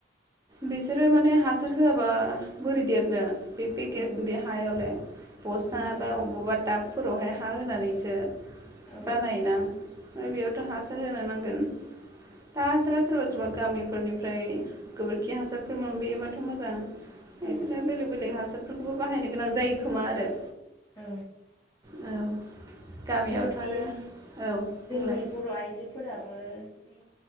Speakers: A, on the right; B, on the left.
A: बिसोरो माने हासार होआबा बोरै देरनो। बि पि केस
B: औ
A: <unintelligible> बस्थाबा
B: नंगौ औ
A: अबावबा ताब फोरावहाय हा होनानैसो
B: औ
A: बानायोना बेयावथ' हासार होनो नांगोन। दा हासारा सोरबा -सोरबा गामिफोरनिफ्राय गोबोरखि हासारफोर मोनबोयोबाथ' मोजां। <unintelligible>
B: औ
A: बेलेग बेलेग <unintelligible> बेफोरखौबो बाहायनो गोनां जायो खोमा आरो।
B: औ।
A: औ। गामियावथ'
B: दा बे
A: आरो औ
B: जोंनि
A: बुंलाय
B: बर' आइजोफोराबो जि